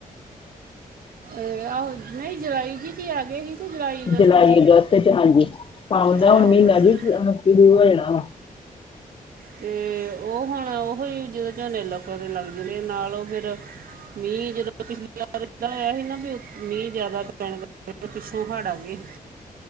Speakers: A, on the right (about 75°); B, on the left (about 35°).
A: ਇਹ ਆਹੋ ਨਹੀਂ ਜਲਾਈ ਜੀ ਚ ਆ ਗਏ ਹੀ। ਤੇ ਅਗਸਤ
B: ਜੁਲਾਈ
A: 'ਚ
B: ਅਗਸਤ ਚ ਹਾਂਜੀ ਪਾਉਂਦਾ
A: ਆ
B: ਹੁਣ ਮਹੀਨਾ
A: ਅਗਸਤ
B: ਚ ਸ਼ੁਰੂ ਹੋ ਜਾਣਾ ਵ
A: ਤੇ ਉਹ ਹੁਣ ਓਹੋ ਈ ਜਿਦੋਂ ਝੋਨੇ ਲੋਕਾਂ ਦੇ ਲੱਗਦੇ ਨੇ ਨਾਲ ਉਹ ਫੇਰ। ਮੀਂਹ ਜਦੋਂ ਪਿਛਲੀ ਵਾਰ ਹੋਇਆ ਸੀ ਨਾ ਮੀਂਹ ਜਿਆਦਾ ਪੈਣ। ਪਿੱਛੋਂ ਹਾੜ ਆ ਗੇ